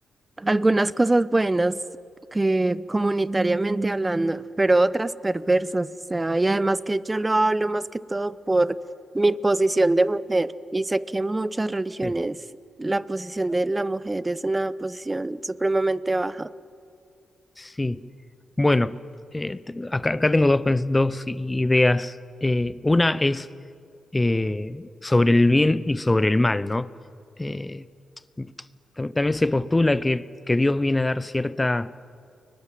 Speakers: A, on the right; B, on the left.
A: algunas cosas buenas que comunitariamente hablando, pero otras perversas, o sea, y además que yo lo hablo más que todo por mi posición de mujer, y sé que en muchas religiones
B: <laughs>
A: la posición de la mujer es una posición supremamente baja.
B: Sí, bueno, eh, te- acá, acá tengo dos, pens- dos ideas. Eh, una es eh, sobre el bien y sobre el mal, ¿no? Eh, tam- también se postula que, que Dios viene a dar cierta